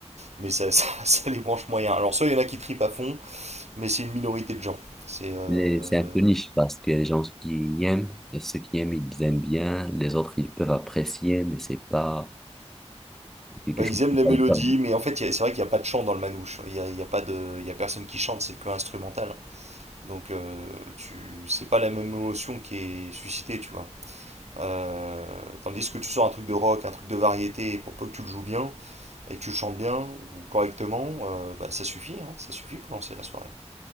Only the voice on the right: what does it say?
mais ça, <laughs> ça, ça les branche moyen. Alors, soit il y en a qui tripent à fond, mais c'est une minorité de gens. C'est euh,
Bah,
ils aiment
les
mélodies,
mais en fait, il y a- c'est vrai qu'il n'y a pas de chant dans le manouche. Il n'y a, il y a, pas de- il y a personne qui chante, c'est que instrumental. Donc, euh, tu, c'est pas la même émotion qui est suscitée, tu vois. Euh, tandis que tu sors un truc de rock, un truc de variété, et pour peu que tu le joues bien et que tu le chantes bien ou correctement, euh, bah, ça suffit, hein, ça suffit pour lancer la soirée,